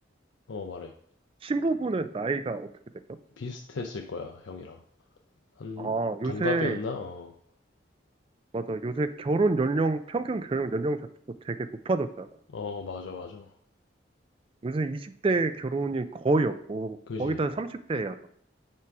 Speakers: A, on the left; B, on the right.
A: 말해
B: 신부분은 나이가 어떻게 되죠?
A: 비슷했을 거야 형이랑 한
B: 아, 요새,
A: 동갑이었나 어
B: 맞아. 요새 결혼 연령, 평균 결혼 연령 자체도 되게 높아졌잖아.
A: 어 맞아 맞아
B: 요새 20대 결혼이 거의 없고,
A: 그지
B: 거의 다 30대야.